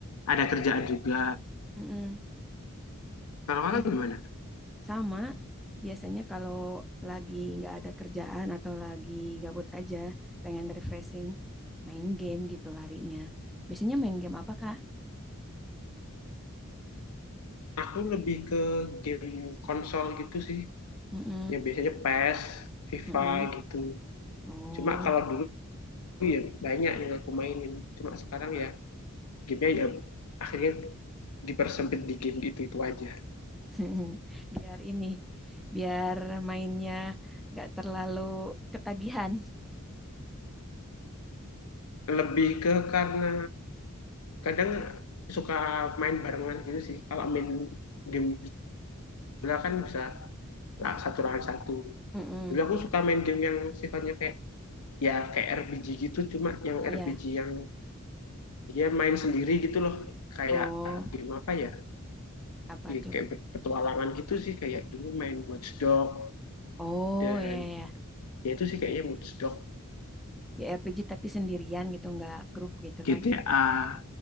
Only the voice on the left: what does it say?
ada kerjaan juga.
Kalau kakak
gimana?
Aku lebih ke game konsol gitu sih,
ya biasanya PES, FIFA
gitu.
Cuma kalau dulu ya banyak yang aku mainin. Cuma sekarang ya gamenya ya akhirnya dipersempit di game itu itu aja.
Lebih ke karena kadang suka main barengan gitu sih kalau main game bola kan bisa lah satu lawan satu
dulu aku suka main game yang sifatnya kayak ya kayak RPG gitu cuma yang
RPG yang dia main sendiri gitu loh kayak
game apa ya,
ya
kayak petualangan gitu sih kayak dulu main Watch Dogs
dan
ya itu sih kayaknya Watch Dogs
GTA